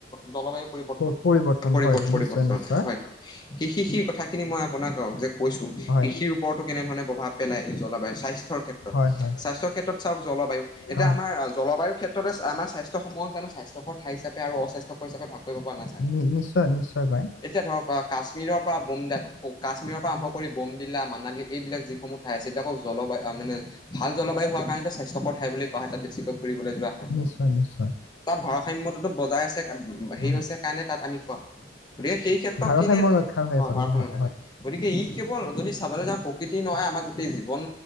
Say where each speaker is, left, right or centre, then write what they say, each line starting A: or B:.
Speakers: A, on the left; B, on the left.
A: জলবায়ুৰ পৰিৱৰ্তন।
B: প- পৰিৱৰ্তন হয়
A: পৰিবৰ্তন,
B: নিশ্চয় নিশ্চয়
A: হয়! হয়! স, স, সেই কথাখিনি মই আপোনাক যে কৈছো,
B: হয়
A: কৃষিৰ ওপৰতো কেনেধৰণে প্ৰভাৱ পেলাই জলবায়ু‌ স্বাস্থ্যৰ ক্ষেত্ৰত,
B: হয় হয়
A: স্বাস্থ্যৰ ক্ষেত্ৰত চা জলবায়ু, এতিয়া
B: হয়
A: আমাৰ জলবায়ুৰ ক্ষেত্ৰতে আমাৰ স্বাস্থ্যসমূহক জানো, স্বাস্থ্যকৰ ঠাই হিচাপে আৰু অস্বাস্থ্যকৰ হিচাপে ভাগ কৰিব পৰা নাযায়?
B: নি- নিশ্চয় নিশ্চয় পায়
A: এতিয়া ধৰক অ' কাশ্মীৰৰ পৰা বোমডিল্লা, কাশ্মীৰৰ পৰা আৰম্ভ কৰি বোমডিল্লা, মানালী এইবিলাক যিসমূহ ঠাই আছে জলবায়ু মানে ভাল জলবায়ু হোৱাৰ কাৰণেতো স্বাস্থ্যকৰ ঠাই বুলি কোৱা হয় তাত বেছিকৈ ফুৰিবলৈ যোৱা হয়।
B: নিশ্চয় নিশ্চয়
A: তাত ভাৰসাম্যতো বজাই আছে
B: অ,
A: হেৰি হৈছে কাৰণে তাত আমি কোৱা হয়, গতিকে সেই ক্ষেত্ৰত
B: ভাৰসাম্য
A: কেনে
B: ৰক্ষা হৈ আছে আচলতে
A: ভাৰসাম্য
B: হয়
A: হেৰুৱাইছে গতিকে ই কেৱল যদি চাবলৈ যাওঁ প্ৰকৃতি নহয়, আমাক জীৱন,